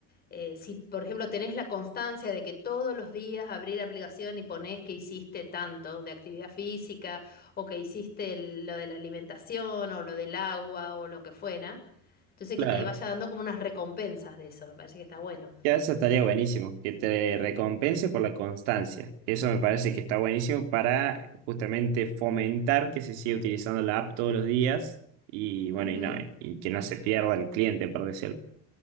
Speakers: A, on the left (about 25°); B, on the right (about 80°).
A: eh, si por ejemplo tenés la constancia de que todos los días abrí la aplicación y ponés que hiciste tanto de actividad física o que hiciste el- lo de la alimentación o lo del agua o lo que fuera. Entonces
B: Claro.
A: que te vaya dando como unas recompensas de eso, me parece que está bueno.
B: Ya eso estaría buenísimo, que te recompense por la constancia. Eso me parece que está buenísimo para justamente fomentar que se siga utilizando la app todos los días y bueno,
A: Ujú,
B: y no, y que no se pierda el cliente, por decirlo.